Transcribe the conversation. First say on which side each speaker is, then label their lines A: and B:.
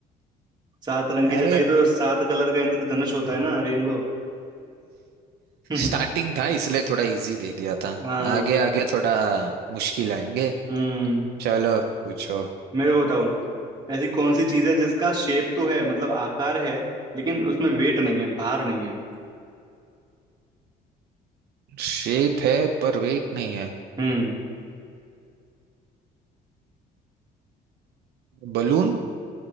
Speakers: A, on the right; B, on the right.
A: सात रंग की
B: अरे
A: चटाई तो सात कलर का इंद्रधनुष होता है ना रेनबो <laughs>
B: स्टार्टिंग था इसलिए थोड़ा इजी दे दिया था
A: हाँ
B: आगे आगे थोड़ा मुश्किल आएंगे
A: हम्म
B: चलो पूछो
A: मेरे को बताओ ऐसी कौन सी चीज है जिसका शेप तो है मतलब आकार है लेकिन उसमें वेट नहीं है भार नहीं है
B: शेप है पर वेट नहीं है
A: हम्म
B: बलून